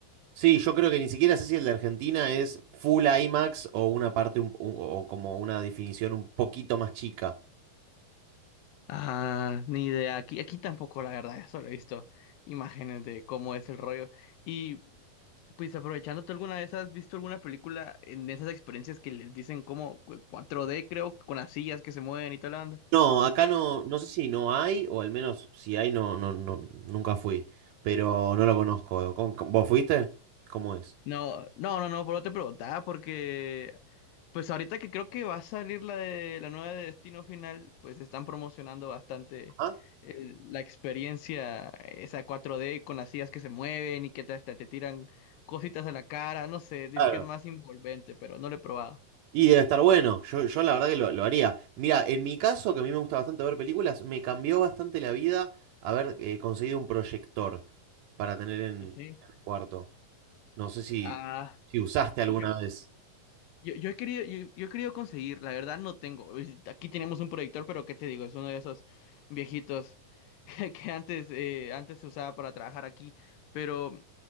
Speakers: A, on the right; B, on the left.
A: Sí, yo creo que ni siquiera sé si el de Argentina es full IMAX o una parte un- un- o como una definición un poquito más chica.
B: Ah, ni idea, aquí, aquí tampoco la verdad, solo he visto imágenes de cómo es el rollo. Y Pues aprovechando, ¿tú alguna vez has visto alguna película en esas experiencias que les dicen como cu- 4D, creo, con las sillas que se mueven y toda la banda?
A: No, acá no, no sé si no hay, o al menos si hay, no, no, no, nunca fui, pero no lo conozco. ¿Cómo- cómo- ¿Vos fuiste? ¿Cómo es?
B: No, no, no, no, por eso te preguntaba, porque pues ahorita que creo que va a salir la de la nueva de Destino Final, pues están promocionando bastante
A: Ah,
B: el- la experiencia esa 4D con las sillas que se mueven y que te- hasta te tiran cositas a la cara, no sé, dice
A: claro.
B: que es más envolvente, pero no lo he probado.
A: Y debe estar bueno. Yo, yo la verdad que lo, lo haría. Mira, en mi caso, que a mí me gusta bastante ver películas, me cambió bastante la vida haber eh, conseguido un proyector para tener en,
B: ¿Ah, ¿Sí?
A: en el cuarto. No sé si,
B: Ah.
A: si usaste alguna
B: yo,
A: vez.
B: Yo, yo he querido, yo, yo he querido conseguir, la verdad no tengo. Es- Aquí tenemos un proyector, pero ¿qué te digo? Es uno de esos viejitos <laughs> que antes, eh, antes se usaba para trabajar aquí, pero,